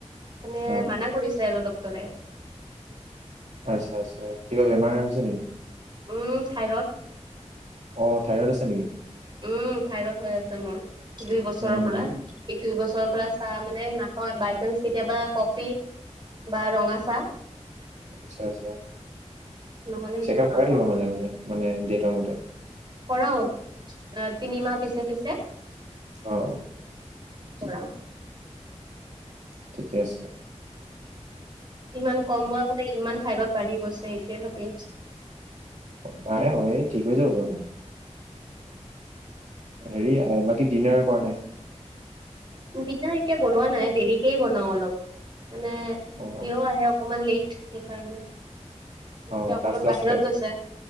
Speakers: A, on the right (about 40°); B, on the right (about 70°).
A: মানে
B: অ
A: মানা কৰিছে আৰু ডক্টৰে।
B: আচ্ছা আচ্ছা, কিবা বেমাৰ হৈছে নেকি?
A: উম থাইৰত।
B: অ থাইৰইড আছে নেকি?
A: উম থাইৰড হৈ আছে মোৰ, দুই বছৰৰ
B: উম
A: পৰা। ই দুই বছৰৰ পৰা চাহ মানে নাখাওএ বাইছেনচ কেতিয়াবা কফি বা ৰঙা চাহ।
B: আচ্ছা আচ্ছা,
A: নহ'লে সেইটোও
B: চেক আপ
A: নাখাওঁ
B: কৰাই থাকিবা মাজে মাজে মানে ডেটৰ মতে।
A: কৰাওত, তিনিমাহ পিছে পিছে।
B: অ। আচ্ছা
A: কৰাও।
B: ঠিকে আছে।
A: ইমান কম বয়সতে ইমান থাইৰড বাঢ়ি গৈছে এইটোৱে ভাবি আছ
B: নাই হয় ঠিক হৈ যাব বাৰু হেৰি বাকী ডিনাৰ কৰা নাই?
A: দিনাৰ এতিয়া বনোৱা নাই, দেৰিকেই বনাওঁ অলপ। মানে
B: অ
A: সিও আহে অকমান লেইট, সেইকাৰণে। এতিয়া
B: অ
A: অকণমান
B: ডান্স ক্লাছ
A: বাহিৰত গৈছে,